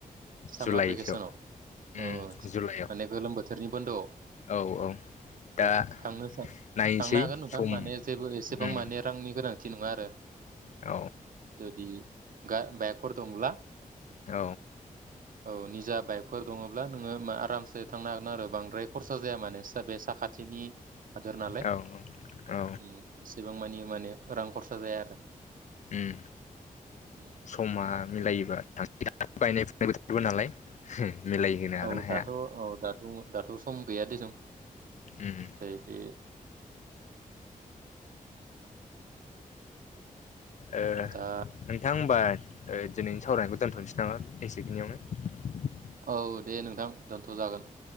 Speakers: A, on the right; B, on the left.
A: सामार
B: जुलाइसोआव
A: भेकेसनाव?
B: उम
A: औ आदसा
B: जुलाइआव
A: माने गोलोम बोथोरनि बन्दोआव
B: औ औ दा
A: औ थांनो
B: नायनोसै
A: थांनो हागोन नोंथां
B: सम
A: माने जेबो एसेबां
B: उम
A: माने रांनि गोनां थि नङा आरो?
B: औ
A: जुदि गा बाइकफोर दंब्ला
B: औ
A: औ निजा बाइकफोर दङब्ला नोङो आरामसे थांनो हागोन आरो बांद्राय खरसा जाया मानि सा बे साखाथिनि हादर नालाय।
B: औ औ
A: ओम एसेबां मानि माने रां खरसा जाया आरो।
B: ओम
A: उम
B: समा मिलायोबा। <unintelligible> गायनाय फुनाय बोथोरबो नालाय। मिलायहोनो हागोना
A: औ
B: हाया।
A: दाथ' औ दाथ' दाथ' सम गैया दे जों
B: उम
A: जायोबे
B: ओ
A: दा
B: नोंथां होमबा। ओ दिनैनि सावरायनायखौ दोनथनसै नामा एसेखिनियावनो।
A: औ दे नोंथां दोनथ'जागोन